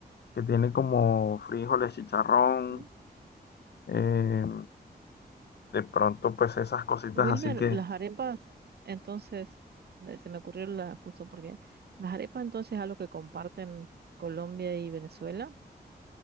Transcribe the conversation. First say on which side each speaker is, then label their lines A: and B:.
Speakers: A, on the left; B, on the right.
A: que tiene como frijoles, chicharrón,
B: ¿Mm?
A: eh, de pronto pues esas cositas
B: Wilmer,
A: así que...
B: las arepas, entonces, eh, se me ocurrió la, justo porque las arepas entonces es algo que comparten Colombia y Venezuela.